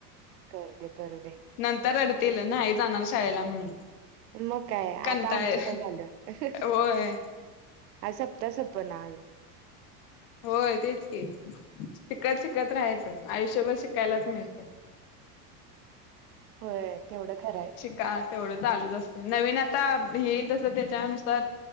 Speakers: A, on the right; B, on the left.
A: करु दे करू दे
B: नंतर रडतीलल नाही आ जाणार शाळेला म्हणून
A: मग काय आता
B: कंटाळ
A: आमचं काय झालं
B: होय
A: अ सपता सपना
B: होय तेच की शिकत शिकत राहायचं आयुष्यभर शिकायलाच मिळत
A: हो तेवढं खरं आहे
B: का तेवढं चालूच असते नवीन आता येईल तसं त्याच्यानुसार